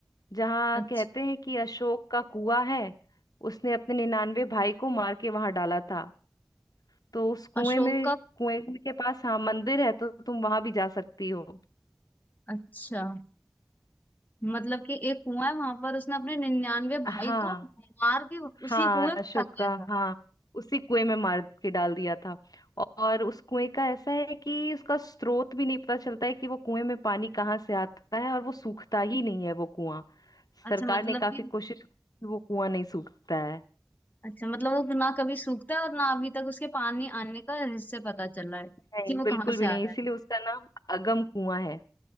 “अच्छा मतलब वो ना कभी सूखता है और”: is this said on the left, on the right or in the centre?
Left